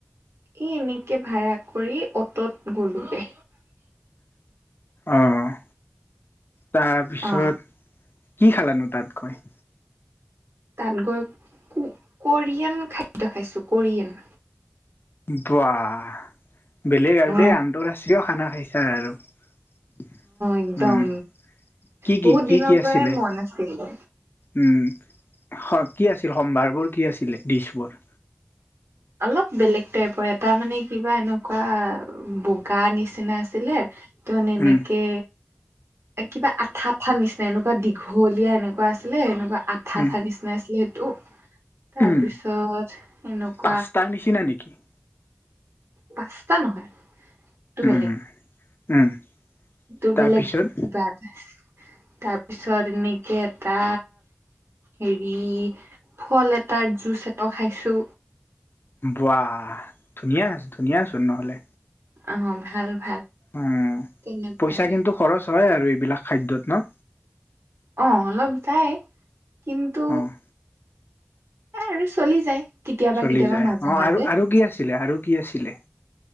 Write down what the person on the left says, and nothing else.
অ'। তাৰপিছত
কি খালানো তাত গৈ?
ৱাহ। বেলেগ আৰু
দেই, আন্তৰাষ্ট্ৰীয় খানা খাইছা আৰু
উম, কি
কি
কি কি
আছিলে?
উম। অ', কি আছিল সম্ভাৰবোৰ কি আছিলে দিছবোৰ?
উম
উম
উম
পাস্তাৰ নিচিনা নেকি। <inaudible>
উম
উম
তাৰপিছত
ৱাহ। ধুনীয়া আছে ধুনীয়াচোন নহ'লে।
উম,
পইচা কিন্তু খৰচ হয় আৰু বিলাক খাদ্যত ন।
অ'।
চলি
যায়
অ',
আৰু আৰু কি আছিলে আৰু কি আছিলে?